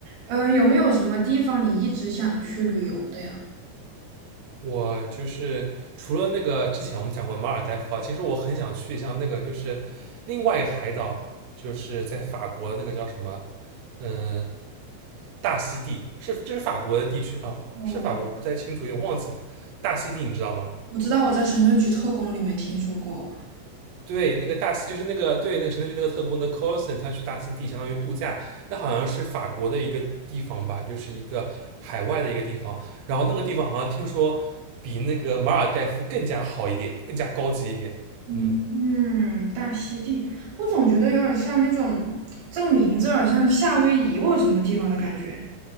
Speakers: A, on the right (about 65°); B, on the right (about 80°).
A: 嗯，有没有什么地方你一直想去旅游的呀？
B: 我就是除了那个之前我们讲过马尔代夫啊，其实我很想去一下那个就是另外一个海岛，就是在法国的那个叫什么，嗯、大溪地，是这是法国的地区啊，
A: 我
B: 是法国不太清楚，有点忘记了。大溪地你知道吗？
A: 我知道我在神盾局特工里面听说过。
B: 对，那个大西就是那个对那个神盾局那个特工的 Coulson，他去大溪地相当于度假，那好像是法国的一个地方吧，就是一个海外的一个地方。然后那个地方好像听说比那个马尔代夫更加好一点，更加高级一点。
A: 嗯嗯，
B: 嗯，
A: 大溪地，我总觉得有点像那种，这个名字有点像夏威夷或者什么地方的感觉。